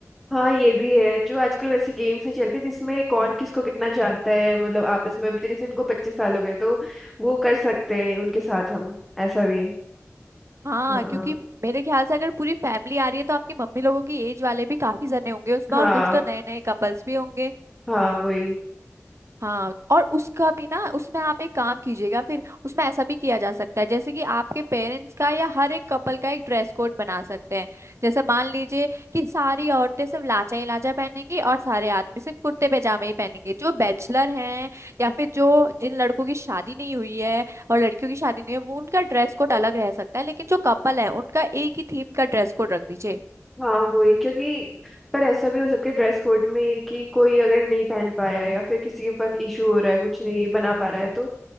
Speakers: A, in the centre; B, on the right (about 65°).
A: हाँ ये भी है जो आजकल वैसे गेम्स नहीं चलते जिसमें कौन किसको कितना जानता है मतलब आपस में अभी तो जैसे इनको पच्चीस साल हो गए तो वो कर सकते हैं उनके साथ हम ऐसा भी
B: हाँ
A: हाँ
B: क्योंकि मेरे ख्याल से अगर पूरी फैमिली आ रही है तो आपकी मम्मी लोगों की एज वाले भी काफी जने होंगे उसमें
A: हाँ
B: और कुछ तो नए नए कपल्स भी होंगे
A: हाँ वही
B: हाँ और उसका भी ना उसमें आप एक काम कीजिएगा फिर उसमें ऐसा भी किया जा सकता है जैसे कि आपके पेरेंट्स का या हर एक कपल का एक ड्रेस कोड बना सकते हैं जैसे मान लीजिए कि सारी औरतें सिर्फ लाचा ही लाचा पहनेंगी और सारे आदमी सिर्फ कुर्ते पैजामे ही पहनेंगे जो बैचलर हैं या फिर जो जिन लड़कों की शादी नहीं हुई है और लड़कियों की शादी नहीं है वो उनका ड्रेस कोड अलग रह सकता है लेकिन जो कपल है उनका एक ही थीम का ड्रेस कोड रख दीजिए
A: हाँ वही क्योंकि पर ऐसा भी हो सकता है ड्रेस कोड में कि कोई अगर नहीं पहन पाया या फिर किसी के पास इशू हो रहा है कुछ नहीं बना पा रहा है तो